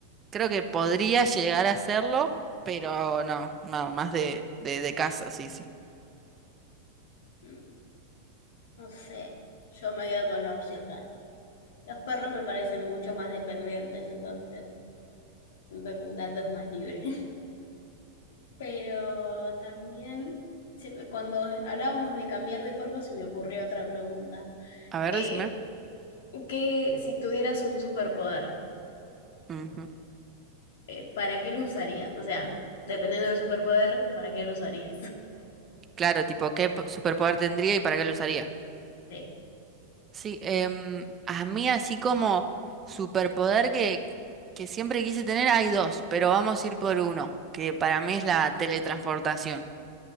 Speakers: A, on the right; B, on the left.
A: creo que podría llegar a serlo, pero no, no, más de, de, de casa, sí, sí.
B: Mm, No sé, yo me quedo con la opción gato. Los perros me parecen mucho más dependientes, entonces. siento que un gato es más libre. <laughs> Pero también, cuando hablábamos de cambiar de cuerpo, se me ocurrió otra pregunta.
A: A ver,
B: Eh,
A: decime.
B: ¿qué, si tuvieras un superpoder,
A: Ujú.
B: eh, ¿para qué lo usarías? O sea, dependiendo del superpoder, ¿para qué lo usarías? <laughs>
A: Claro, tipo, ¿qué po- superpoder tendría y para qué lo usaría?
B: Sí.
A: Sí, em, a mí así como superpoder que, que siempre quise tener, hay dos, pero vamos a ir por uno, que para mí es la teletransportación,